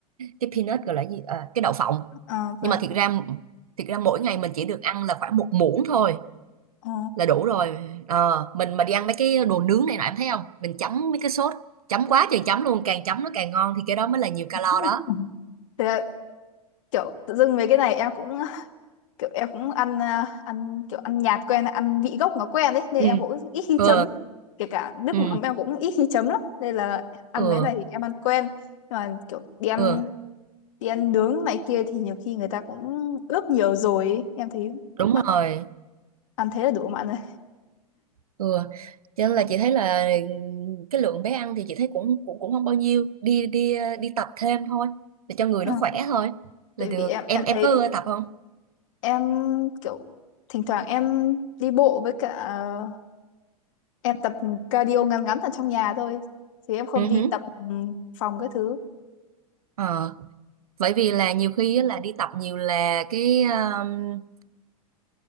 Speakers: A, on the right; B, on the left.
A: cái peanut gọi là gì Ờ, cái đậu phộng.
B: Ờ, và
A: Nhưng mà thiệt ra thiệt ra mỗi ngày mình chỉ được ăn là khoảng một muỗng thôi
B: ờ.
A: là đủ rồi. Ờ, mình mà đi ăn mấy cái đồ nướng này nọ em thấy không? Mình chấm mấy cái sốt, chấm quá trời chấm luôn, càng chấm nó càng ngon thì cái đó mới là nhiều calo
B: <laughs>
A: đó.
B: Thế là kiểu tự dưng mấy cái này em cũng kiểu em cũng ăn à, ăn kiểu ăn nhạt quen ăn vị gốc nó quen đấy nên
A: Ừ.
B: em cũng ít khi
A: Ừ.
B: chấm kể cả nước
A: Ừ.
B: mắm em cũng ít khi chấm lắm nên là ăn
A: Ừ.
B: mấy này thì em ăn quen nhưng mà kiểu đi ăn
A: Ừ.
B: đi ăn nướng này kia thì nhiều khi người ta cũng ướp nhiều rồi ấy. em thấy
A: đúng
B: bạn
A: rồi
B: ăn thế là đủ bạn rồi
A: ừ. cho nên là chị thấy là cái lượng bé ăn thì chị thấy cũng cũng cũng không bao nhiêu đi đi ờ, đi tập thêm thôi để cho người
B: Ờ.
A: nó khỏe thôi
B: tại
A: là được
B: vì em
A: em
B: em
A: em
B: thấy
A: có ưa tập không
B: em kiểu thỉnh thoảng em đi bộ với cả à, em tập cardio ngắn ngắn ở trong nhà thôi chứ em không
A: ừ
B: đi
A: hứ.
B: tập ừ, phòng cái thứ
A: Ờ, bởi vì là nhiều khi á là đi tập nhiều là cái um,